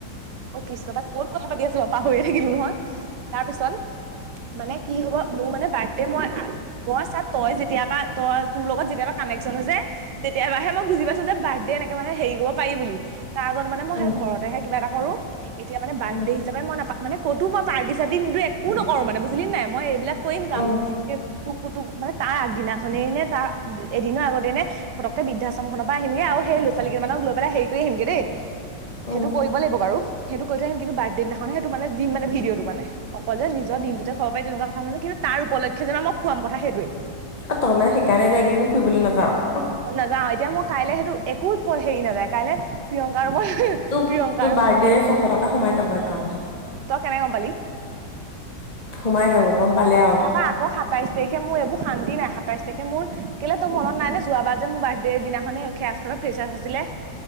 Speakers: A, on the right; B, on the left.
A: অ 'কৃষ্ণ তাত ক'ত কথা পাতি আছো পাহৰিয়ে থাকিলো নহয় ।তাৰ পিছত মানে কি হ'ব মোৰ মানে বাৰ্থডে মই -মই চা', তই যেতিয়াবা তই তোৰ লগত যেতিয়াৰ কানেকচন হৈছে তেতিয়াবা হে, মই বুজি পাইছো যে বাৰ্থডে এনেকে হেৰি কৰিব পাৰি বুলি। তাৰ আগত মানে
B: উম
A: ঘৰতেহে কিবা এটা কৰো। <unintelligible> এতিয়া মানে বাৰ্থডে
B: উম
A: হিচাপ মই নাপ, 'মানে ক'তো মই, পাৰ্টি - চাৰটি নিদো, একো নকৰো মানে বুজিলি নাই মই এইবিলাক, কৰিম গাম।
B: উম
A: তোক অ' তোক মানে তাৰ আগ, ' আগ দিনাখনেই নে তাৰ এদিনৰ আগতে নে', পতক্কে বিদ্ধাশ্ৰম, শ্ৰম খনৰ পে আহিম গৈ সেই ল'ৰা -ছোৱালী কেই মানক লৈ পেলাই হেৰি কৰি আনিমগে দেই।
B: উম
A: সেইটো কৰিব লাগিব বাৰু। সেইটো কৰি থৈ আহিম কিন্তু বাৰ্থডে দিনাখনে তোমালোকক দিম মানে ভিডিঅ'টো মানে, অকলে নিজৰ দিনতুতে খাব পাৰি তেনেকোৱা কথা মানে কিন্তু তাৰ উপলক্ষে যে মই খুৱাম কথা সেইটোৱে।
B: অ ', তই মানে সেইকাৰণে এতিয়া এইকেইদিন ফুৰিবলৈ নাযাও?
A: অহ ', নাযাওঁ এতিয়া মোক, কাইলৈ সেইটো একো হেৰি নাযায় কাইলৈ প্ৰিয়ংকা মই,
B: তোক
A: প্ৰিয়ংকা
B: -তোক
A: আৰু
B: বাৰ্থডেৰ ছশ টকা সোমাই যাব, একাউণ্টত।
A: তই কেনেকে গম পালি?
B: সোমাই যাব। গম পালে আৰু
A: তাৰাপা আকৌ সাতাইছ তাৰিখে মোৰ এইবোৰ শান্তি নাই সাতাইছ তেখে মোৰ কেলে তোৰ মনত নাই নে যোৱাবাৰ যে মোৰ বাৰ্থডেৰ দিনানে খেজ খ ফেচ আছিলে